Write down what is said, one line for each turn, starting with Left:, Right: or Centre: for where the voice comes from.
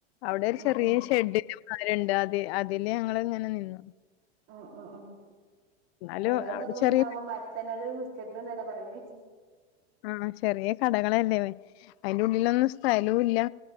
Left: അവിടെ ഒരു
Right: ഉം
Left: ചെറിയ
Right: ഉം
Left: ഷെഡ് നും കാര്ണ്ട് അത് അതില് ഞങ്ങള് ഇങ്ങ നെ നിന്നു
Right: ആ ആ ആ
Left: എന്നാലും
Right: മിന്നലും
Left: അവിടെ
Right: ഇതൊക്ക <unintelligible>
Left: ചെറിയ
Right: ഉണ്ടാമ്പോ മരത്തണല് ല് നിക്കരുത് ന്നല്ലേ പറയല്
Left: ആ ചെറിയ കടകളല്ലേ അയിന്റെ ഉള്ളിലൊന്നും സ്ഥലോല്യ